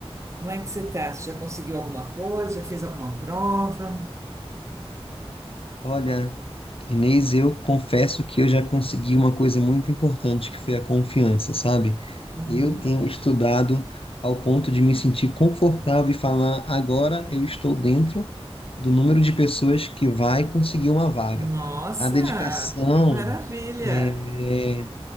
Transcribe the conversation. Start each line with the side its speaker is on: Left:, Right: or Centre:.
Right: Como é que você está? Você já conseguiu alguma coisa? Já fez alguma prova?
Left: Olha, Inês, eu confesso que eu já consegui uma coisa muito importante, que foi a confiança, sabe?
Right: Uhum.
Left: Eu tenho estudado ao ponto de me sentir confortável e falar, agora eu estou dentro do número de pessoas que vai conseguir uma vaga.
Right: Nossa,
Left: A dedicação,
Right: que maravilha!
Left: é,